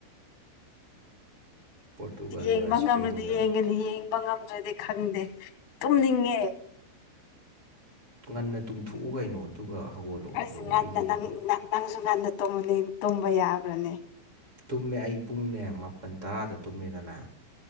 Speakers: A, on the right; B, on the left.
A: ꯄꯣꯔꯇꯨꯒꯜꯒ
B: ꯌꯦꯡꯕ
A: ꯏꯁꯄꯦꯟꯒ
B: ꯉꯝꯂꯗꯤ ꯌꯦꯡꯒꯅꯤ ꯌꯦꯡꯕ ꯉꯝꯗ꯭ꯔꯗꯤ ꯈꯪꯗꯦ ꯇꯨꯝꯅꯤꯡꯉꯦ
A: ꯉꯟꯅ ꯇꯨꯝꯊꯣꯛꯎ ꯀꯩꯅꯣ ꯑꯗꯨꯒ ꯍꯧꯒꯠꯂꯛꯑꯣ
B: ꯑꯩꯁꯨ ꯉꯟꯅ
A: ꯍꯧꯒꯠꯂ
B: ꯅ
A: ꯌꯦꯡꯉꯣ
B: ꯅꯪꯁꯨ ꯉꯟꯅ ꯇꯨꯝꯕ ꯌꯥꯕ꯭ꯔꯅꯦ
A: ꯇꯨꯝꯃꯦ ꯑꯩ ꯄꯨꯡꯅꯦ ꯃꯥꯄꯜ ꯇꯔꯥꯗ ꯇꯨꯝꯃꯦꯗꯅ